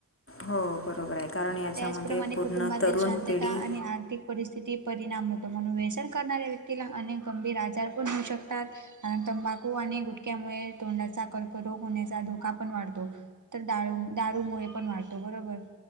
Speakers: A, on the left; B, on the right.
A: हो बरोबर आहे. कारण याच्यामध्ये
B: त्याचप्रमाणे
A: पूर्ण
B: कुटुंबातील
A: तरुण
B: शांतता
A: पिढी
B: आणि आर्थिक परिस्थिती परिणाम होतो म्हणून व्यसन करणाऱ्या व्यक्तीला अनेक गंभीर आजार पण होऊ शकतात. कारण तंबाखू आणि गुटक्यामुळे तोंडाचा कर्करोग होण्याचा धोका पण वाढतो. तर दारू दारूमुळे पण वाटो बरोबर.